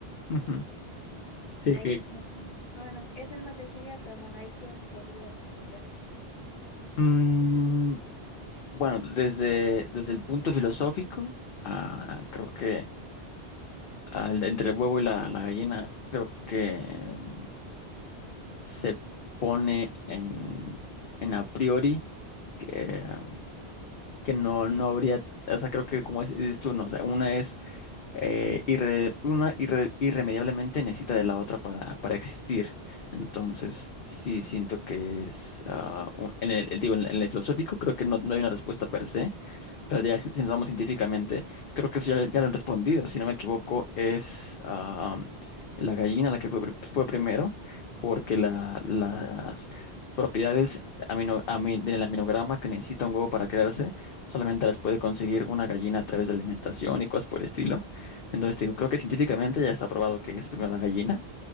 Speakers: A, on the left; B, on the left.
A: Ujú. Sí,
B: Ahí
A: que...
B: como, bueno, esa es más sencilla, pero bueno, ahí que podrías responder.
A: Mm, Bueno, desde, desde el punto filosófico, ah, creo que ah, el- entre el huevo y la, la gallina, creo que em, se pone en, en a priori que, em, que no, no habría, o sea, creo que como es- dices tú, ¿no? O sea, una es eh, irre- una irre- irremediablemente necesita de la otra para, para existir. Entonces, sí siento que es, ah, un- en el, digo, en el, en el filosófico creo que no, no hay una respuesta per se Pero ya si si nos vamos científicamente, creo que eso ya, ya lo han respondido. Si no me equivoco, es ah, la gallina la que fue, pri- fue primero, porque la- las propiedades amino, ami- del aminograma que necesita un huevo para crearse, solamente las puede conseguir una gallina a través de alimentación y cosas por el estilo. Entonces, te digo, creo que científicamente ya está probado que es primero la gallina,